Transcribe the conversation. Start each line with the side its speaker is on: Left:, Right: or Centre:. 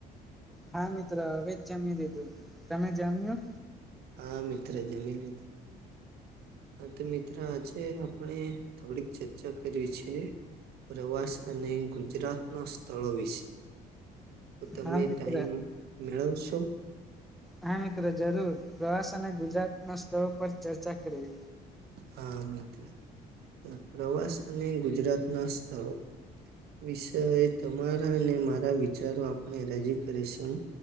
Centre: હા મિત્રો હવે જ જમી લીધું, તમે જમ્યું?
Right: હા મિત્ર જમી લીધું. હા તો મિત્ર આજે આપણે થોડીક ચર્ચા કરીએ છે. પ્રવાસ અને ગુજરાતના સ્થળો વિશે. તો તમે
Centre: હા
Right: ટાઈમ
Centre: મિત્ર
Right: મેળવશો?
Centre: હા મિત્ર જરૂર પ્રવાસ અને ગુજરાત ના સ્થળો પર ચર્ચા કરીએ.
Right: હા મિત્ર, પ્રવાસ અને ગુજરાતના સ્થળો. વિષય તમારા અને મારા વિચારો આપણે રજૂ કરીશું.